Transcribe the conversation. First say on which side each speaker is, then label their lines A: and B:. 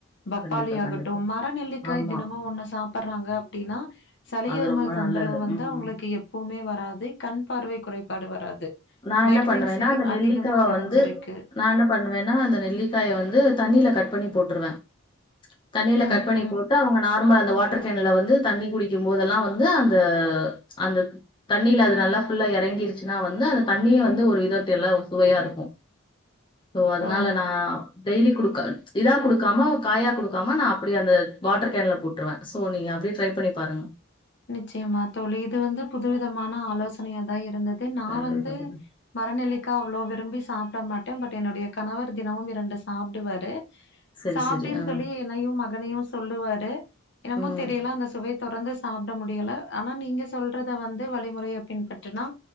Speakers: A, on the left; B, on the left.
A: பப்பாளி
B: கண்டிப்பா
A: ஆகட்டும்
B: கண்டிப்பா
A: மர நெல்லிக்காய்
B: ஆமா.
A: தினமும் ஒன்ன சாப்ப பறாங்க அப்படின்னா சலைய
B: அது ரொம்ப
A: தொந்தரவு
B: நல்லது.
A: வந்து
B: ம்.
A: அவங்களுக்கு எப்பவுமே வராது கண் பார்வை குறைபாடு வராது
B: நா
A: வைட்டமின்
B: என்ன பண்ணுவேன்னா
A: சி
B: அந்த நெல்லிக்காவ
A: அதிகமா நிறைஞ்சிருக்கு.
B: வந்து நா என்ன பண்ணுவேன்னா அந்த நெல்லிக்காய வந்து தண்ணியில கட் பண்ணி போட்டு போடுவே தண்ணில
A: ம்,
B: கட் பண்ணி
A: ம்.
B: போட்டு அவுங்க நால் அந்த வாட்டர் கேன்ல வந்து தண்ணி குடிக்கும்பதெல்லாம் வந்து அந்த அந்த தண்ணில அது நல்லா இறங்கிருச்சுன்னா வந்து அந்த தண்ணிய வந்து ஒரு இத தெல்ல சுவையா இருக்கூ சோ அதனால
A: ஓ!
B: நா டெய்லி குடு இதா குடுக்காம காயா குடுக்காம நா அப்டி அந்த வாட்டர் கேன்ல போட்டுருவே சோ நீங்க அப்டியே ட்ரை பண்ணி பாருங்க
A: நிச்சயமா தோழி இது வந்து புது விதமான ஆலோசனைய தா இருந்தது நா
B: கண்டிப்பா,
A: வந்து
B: கண்டிப்பா.
A: மரநெல்லிக்கா அவ்ளோ விரும்பி சாப்பிட மாட்டே பட் என்னுடைய கணவர் தினமு ரெண்டு சாப்புடுவரு
B: சரி,
A: சாப்டுன்னு
B: சரி. ஆ.
A: சொல்லி என்னையு மகனையு சொல்லுவாரு என்னமோ
B: ம்.
A: தெரியலா அந்த சுவை தொடங்க சாப்ட்ட முடியல ஆனா நீங்க சொல்றத வந்து வழிமுறைய பின்பற்றினா